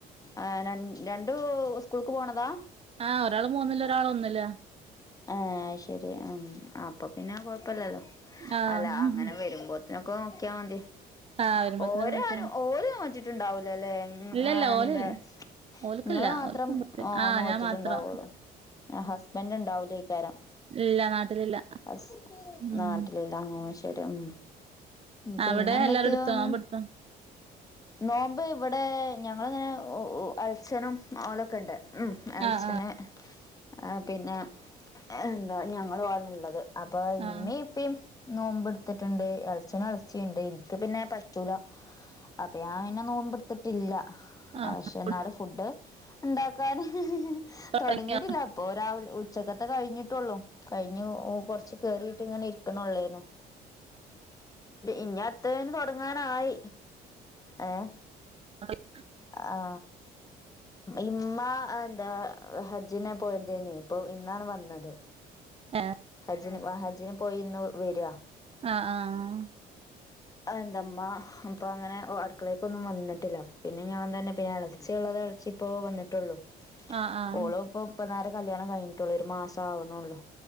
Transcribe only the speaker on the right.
ആഹ് ഒരാള് മൂന്നില് ഒരാൾ ഒന്നിലാ.
ആഹ്
ആഹ് വരുമ്പോത്തിനൊക്കെ
നോക്കിയാ
ഇല്ലല്ല ഓലല്ല ഓൽക്കില്ല
ഓൽക്ക് മുമ്പ്
ആഹ്
ഞാൻ മാത്രം
ഇല്ല നാട്ടിലില്ല
ഉം
അവിടെ എല്ലാരും എടുത്തോ നോമ്പ് എടുത്തോ
ആഹ്
ആഹ്
ആഹ്
തുടങ്ങിയോ
<unintelligible>
ഏഹ്
ആഹ് ആഹ്
ആഹ് ആഹ്